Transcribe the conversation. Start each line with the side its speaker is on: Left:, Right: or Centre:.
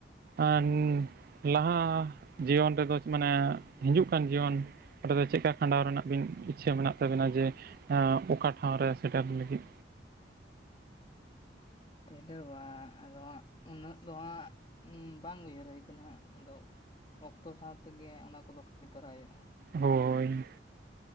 Right: ᱟᱨ ᱞᱟᱦᱟ ᱡᱤᱭᱚᱱ ᱨᱮᱫᱚ ᱢᱟᱱᱮ ᱦᱤᱡᱩᱜ ᱠᱟᱱ ᱡᱤᱭᱚᱱ ᱚᱸᱰᱮ ᱫᱚ ᱪᱮᱫᱠᱟ ᱠᱷᱟᱸᱰᱟᱣ ᱨᱮᱱᱟᱜ ᱵᱤᱱ ᱤᱪᱷᱟᱹ ᱢᱮᱱᱟᱜ ᱛᱟᱵᱮᱱᱟ ᱡᱮ ᱚᱠᱟ ᱴᱷᱟᱶ ᱨᱮ ᱥᱮᱴᱮᱨ ᱞᱟᱹᱜᱤᱫ
Left: ᱯᱟᱦᱹᱞᱮ ᱵᱟᱝ ᱟᱫᱚᱜ ᱩᱱᱟᱹᱜ ᱫᱚ ᱦᱟᱸᱜ ᱵᱟᱝ ᱩᱭᱦᱟᱹᱨ ᱦᱩᱭ ᱠᱟᱱᱟ ᱦᱟᱜ, ᱟᱫᱚ ᱚᱠᱛᱚ ᱥᱟᱶ ᱛᱮᱜᱮ ᱚᱱᱟ ᱠᱚᱫᱚ ᱠᱟᱹᱢᱤ ᱛᱚᱨᱟᱭ ᱦᱩᱭᱩᱜᱼᱟ᱾
Right: ᱦᱳᱭ